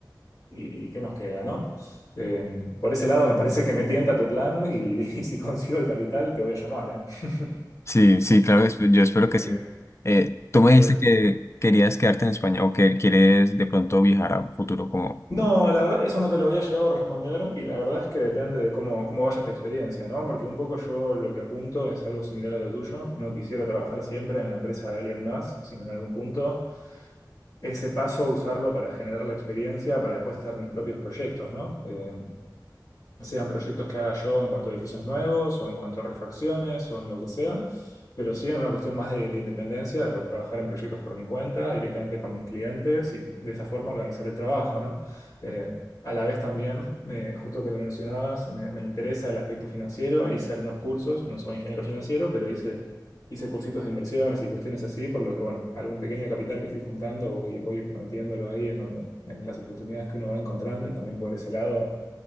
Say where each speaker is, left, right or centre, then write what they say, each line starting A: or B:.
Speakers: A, on the left; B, on the left.
A: y, y ¿qué nos queda, ¿no? Eh, por ese lado me parece que me tienta tu plan y, <laughs> y si consigo el capital te voy a llamar, ¿eh?
B: sí, sí, claro, esp- yo espero
A: Porque,
B: que sí. Eh, tú me dijiste
A: porque
B: que querías quedarte en España o que quieres de pronto viajar a un futuro como...
A: No, la verdad, eso no te lo había llegado a responder y la verdad es que depende de cómo, cómo vaya esta experiencia, ¿no? Porque un poco yo lo que apunto es algo similar a lo tuyo. No quisiera trabajar siempre en la empresa de alguien más, sino en algún punto ese paso usarlo para generar la experiencia, para después hacer mis propios proyectos, ¿no? Eh, no sean proyectos que haga yo en cuanto a edificios nuevos o en cuanto a refacciones o en lo que sea, pero sí en una cuestión más de, de independencia, de poder trabajar en proyectos por mi cuenta, directamente con mis clientes y de esa forma organizar el trabajo, ¿no? Eh, a la vez también, eh, justo que lo mencionabas, me, me interesa el aspecto financiero, hice algunos cursos, no soy ingeniero financiero, pero hice, hice cursitos de inversiones y cuestiones así, por lo que, bueno, algún pequeño capital que fui juntando, voy, voy metiéndolo ahí en donde, en las oportunidades que uno va encontrando y también por ese lado